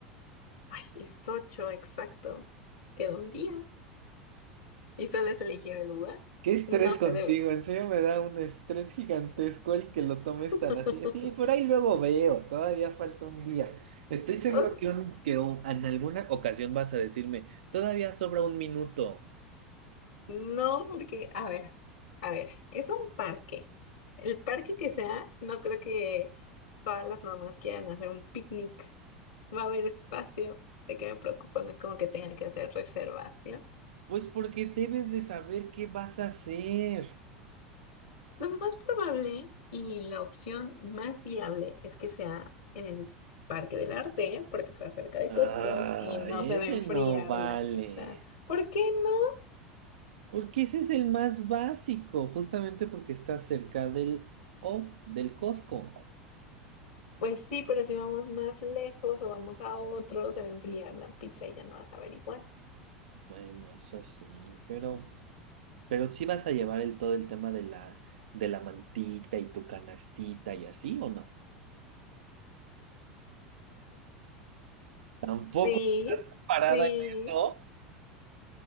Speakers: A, on the left; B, on the right.
A: ay, es ocho, exacto. Queda un día. ¿Y sueles elegir el lugar?
B: Qué estrés
A: No se
B: contigo,
A: debe.
B: en serio me da un estrés gigantesco el que lo tomes
A: <laughs>
B: tan así. Sí, por ahí luego veo, todavía falta un día. Estoy seguro
A: O s-
B: que, un- que un- en alguna ocasión vas a decirme, todavía sobra un minuto.
A: no, porque, a ver, a ver, es un parque. El parque que sea, no creo que todas las mamás quieran hacer un picnic. Va a haber espacio. ¿De qué me preocupo? No es como que tenga que hacer reservación.
B: Pues porque debes de saber qué vas a hacer.
A: Lo más probable y la opción más viable es que sea en el Parque del Arte, porque está cerca de
B: Ay,
A: Costco y no se
B: ese
A: va a enfriar
B: no vale.
A: la pizza. ¿Por qué no?
B: Porque ese es el más básico, justamente porque está cerca del, o del Costco.
A: Pues sí, pero si vamos más lejos o vamos a otro, se va a enfriar la pizza y ya no vas a ver igual.
B: Bueno, eso sí, pero... Pero sí vas a llevar el todo el tema de la, de la mantita y tu canastita y así, ¿o no? Tampoco
A: Sí,
B: parada
A: sí,
B: en eso.